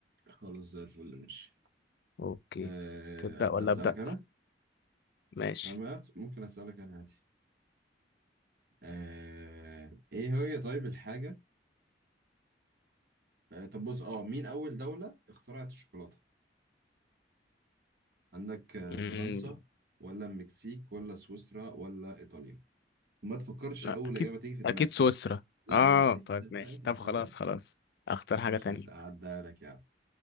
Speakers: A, on the right; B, on the left.
A: خلاص زي الفل ماشي
B: اوكي
A: أه
B: تبدأ
A: ابدا
B: ولا
A: اسالك
B: أبدأ
A: انا
B: ماشي
A: أما ممكن اسالك انا عادي أه ايه هي طيب الحاجه أه طب بص اه مين اول دوله اخترعت الشوكولاته عندك آه،
B: امم
A: فرنسا ولا المكسيك ولا سويسرا ولا ايطاليا وما تفكرش
B: لا
A: اول
B: اكيد
A: اجابه تيجي في دماغك
B: اكيد سويسرا
A: لا
B: اه
A: لا لا
B: طيب
A: اهدى
B: ماشي
A: بقى اهدى
B: طب خلاص
A: بقى
B: خلاص اختار حاجة
A: مش
B: تانية
A: هساعدها لك يا عم